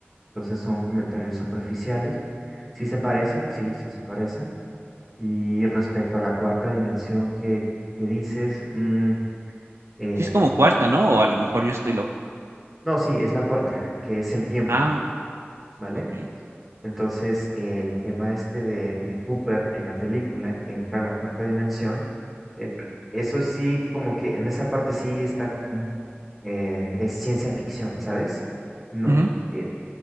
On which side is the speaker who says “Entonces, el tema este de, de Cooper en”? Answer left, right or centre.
Centre